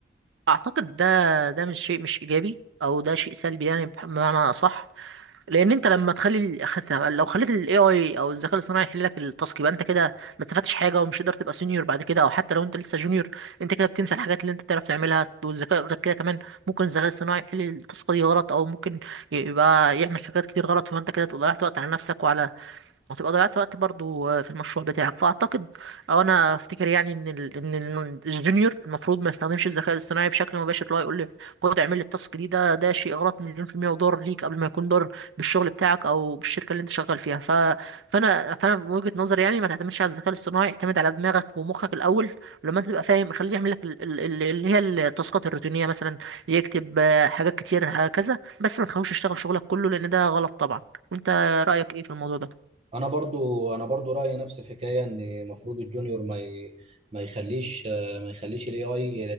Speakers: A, on the right; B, on the right.
A: اعتقد ده ده مش شيء مش ايجابي او ده شيء سلبي يعني بح- بمعنى صح لان انت لما تخلي ال- لو خليت الاي اي او الذكاء الاصطناعي يحل لك التاسك يبقى انت كده ما استفدتش حاجه ومش هتقدر تبقى سينيور بعد كده او حتى لو انت لسه جونيور انت كده بتنسى الحاجات اللي انت بتعرف تعملها والذكاء غير كده كمان ممكن الذكاء الاصطناعي يحل التاسك دي غلط او ممكن يبقى يعمل حاجات كتير غلط فانت كده ضيعت وقت على نفسك وعلى وهتبقى ضيعت وقت برضو آه، في المشروع بتاعك فاعتقد او انا افتكر يعني ان ال... ان ال- الجونيور المفروض ما يستخدمش الذكاء الاصطناعي بشكل مباشر اللي هو يقول لي خد اعمل لي التاسك دي ده ده شيء غلط مليون في المية وضار ليك قبل ما يكون ضار بالشغل بتاعك او بالشركة اللي انت شغال فيها ف... فانا فانا من وجهة نظري يعني ما تعتمدش على الذكاء الاصطناعي اعتمد على دماغك ومخك الاول ولما انت تبقى فاهم خليه يعمل لك ال- ال- ال- اللي هي التاسكات الروتينية مثلا يكتب آه، حاجات كتير هكذا بس ما تخلوش يشتغل شغلك كله لان ده غلط طبعا وانت رأيك ايه في الموضوع ده
B: انا برضو انا برضو رايي نفس الحكايه ان المفروض الجونيور ما ي... ما يخليش آه، ما يخليش الاي اي